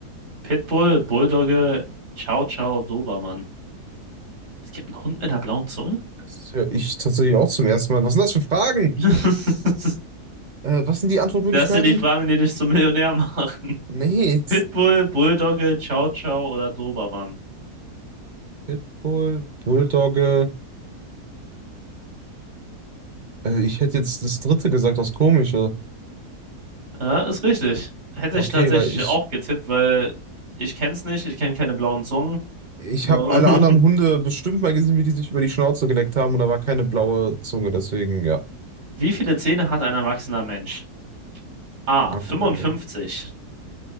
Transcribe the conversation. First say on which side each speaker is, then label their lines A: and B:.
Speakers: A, on the right; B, on the right.
A: Pitbull, Bulldogge, Chow Chow, Dobermann. Es gibt einen Hund mit einer blauen Zunge?
B: Das höre ich tatsächlich auch zum ersten Mal. Was sind das für Fragen?
A: <laughs>
B: Äh, was sind die Antwortmöglichkeiten?
A: Das sind die Fragen, die dich zum Millionär machen.
B: Nee.
A: Pitbull, Bulldogge, Chow Chow oder Dobermann?
B: Pitbull, Bulldogge. Äh, ich hätte jetzt das dritte gesagt, das Komische.
A: Ja, ist richtig. Hätte
B: Okay,
A: ich tatsächlich
B: weil ich
A: auch getippt, weil ich kenne es nicht, ich kenne keine blauen Zungen.
B: Ich
A: So.
B: habe alle
A: <laughs>
B: anderen Hunde bestimmt mal gesehen, wie die sich über die Schnauze geleckt haben und da war keine blaue Zunge, deswegen ja.
A: Wie viele Zähne hat ein erwachsener Mensch? A.
B: Ach
A: 55
B: du Kacke.